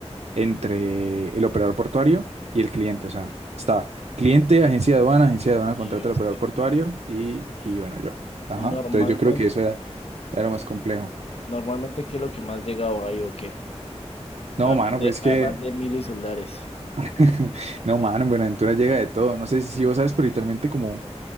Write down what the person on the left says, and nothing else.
¿Y
usted?
Normalmente,
normalmente, ¿qué es lo que más llegado hay o qué?
Además
de,
además de Milo y celulares.